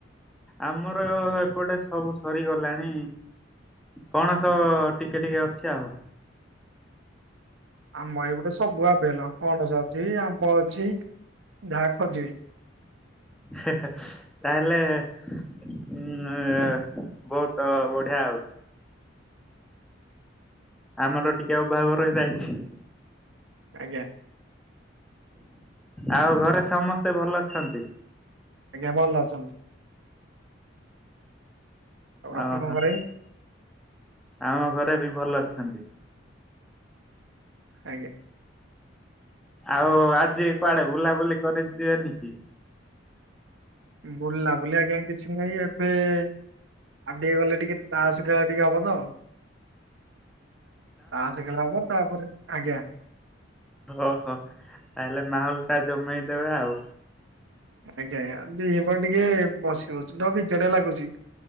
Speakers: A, in the centre; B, on the right (about 75°).
A: ଆମର ଏପଟେ ସବୁ ସରିଗଲାଣି। ପଣସ-ଅ-ଅ ଟିକେ ଟିକେ ଅଛି ଆଉ।
B: ଆମ ଏପଟେ ସବୁ ଆଭେଲ ପଣସ ଅଛି, ଆମ୍ବ ଅଛି ଯାହା ଖୋଜିବେ।
A: ହେ ହେ। ତାହେଲେ ଉଁ-ଉଁ ଏ ବହୁତ ବଢିଆ ଆଉ। ଆମର ଟିକେ ଅଭାବ ରହିଯାଇଛି।
B: ଆଜ୍ଞା।
A: ଆଉ ଘରେ ସମସ୍ତେ ଭଲ ଅଛନ୍ତି?
B: ଆଜ୍ଞା ଭଲ ଅଛନ୍ତି। ଆଉ ଆପଣଙ୍କ
A: ଓହୋଃ,
B: ଘରେ?
A: ଆମ ଘରେ ବି ଭଲ ଅଛନ୍ତି।
B: ଆଜ୍ଞା।
A: ଆଉ ଆଜି କୁଆଡେ ବୁଲାବୁଲି କରି‌ ଯିବେନି କି?
B: ବୁଲାବୁଲି ଆଜ୍ଞା କିଛି ନାହିଁ, ଏବେ-ଏ-ଏ ଆଉ ଟିକେ ଗଲେ ଟିକେ ତାସ୍ ଖେଳା ଟିକେ ହବ ତ ତାସ ଖେଳା ହବ ତାପରେ ଆଜ୍ଞା।
A: ଓହୋ ତାହେଲେ ମାହଲ ଟା ଜମେଇ ଦେବେ ଆଉ।
B: ଆଜ୍ଞା ଆଜ୍ଞା ଦିହିପର ଟିକେ ବସି ବସି ତ ବିଯେଡା ଲାଗୁଛି।